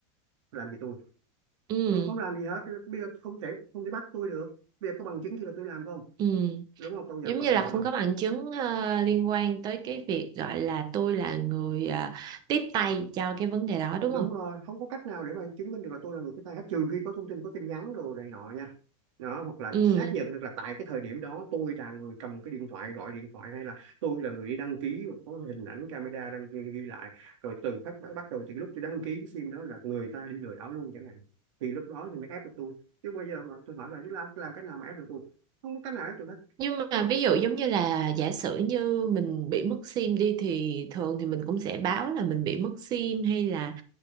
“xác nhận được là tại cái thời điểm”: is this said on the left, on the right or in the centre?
Right